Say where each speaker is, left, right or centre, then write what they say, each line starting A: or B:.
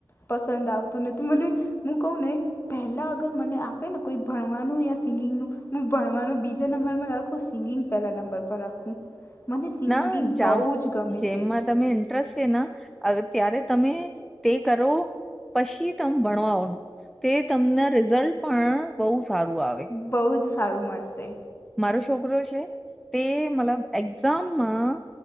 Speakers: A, on the left; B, in the centre.
A: પસંદ આવતું નથી મને હું કહુ ને પહેલાં અગર મને આપે ને કોઈ ભણવાનું યા સિંગિંગનું હું ભણવાનું બીજા નંબરમાં રાખું સિંગિંગ. પહેલા નંબર પર રાખુ મને સિંગિંગ
B: ના જામ
A: બહુજ ગમે
B: જેમમાં
A: છે.
B: તમે છે ત્યારે તમે તે કરો. પછી તમે ભણવાોનું તે તમને રિઝલ્ટ પણ બહુ સારું આવે.
A: બહુજ સારું મળશે.
B: મારો છોકરો છે તે મતલબ એક્ઝામમાં.